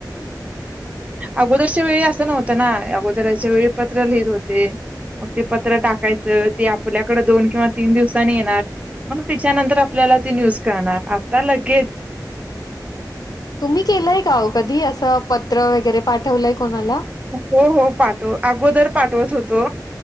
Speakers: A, on the right; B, on the left.
A: अगोदरच्या वेळी असं नव्हतं ना अगोदराच्या वेळी पत्र लिहित होते. मग ते पत्र टाकायचं ते आपल्याकडे दोन किंवा तीन दिवसांनी येणार मग तिच्यानंतर आपल्याला ती न्यूज कळणार. त्या लगेच
B: तुम्ही केलंय का कधी असं पत्र वगैरे पाठवलंय कोणाला
A: हो हो पाठव अगोदर पाठवत होतो.